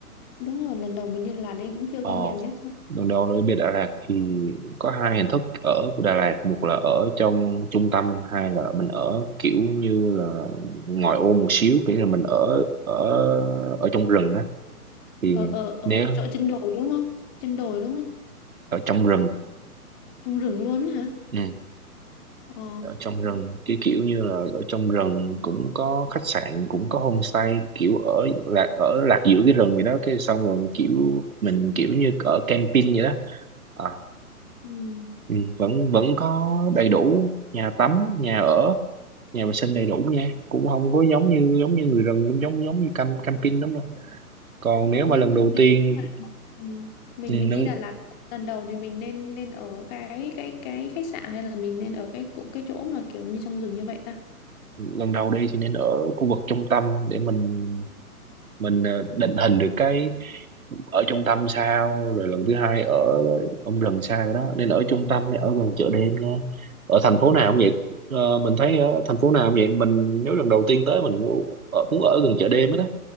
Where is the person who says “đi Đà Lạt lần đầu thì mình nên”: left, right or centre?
Left